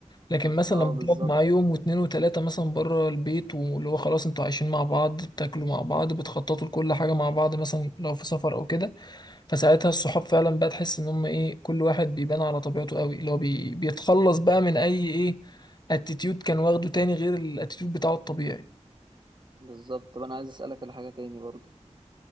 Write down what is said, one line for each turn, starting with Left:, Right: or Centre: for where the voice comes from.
Left: لكن مثلا
Right: اه
Left: لما بتقعد
Right: بالظبط
Left: معاه يوم واتنين وتلاتة مثلا بره البيت واللي هو خلاص انتوا عايشين مع بعض بتاكلوا مع بعض بتخططوا لكل حاجة مع بعض مثلا لو في سفر او كده فساعتها الصحاب فعلا بقى تحس ان هم ايه كل واحد بيبان على طبيعته قوي اللي هو بي بيتخلص بقى من اي ايه اتيتيود كان واخده تاني غير الاتيتيود بتاعه الطبيعي
Right: بالظبط طب انا عايز اسالك على حاجه تاني برضو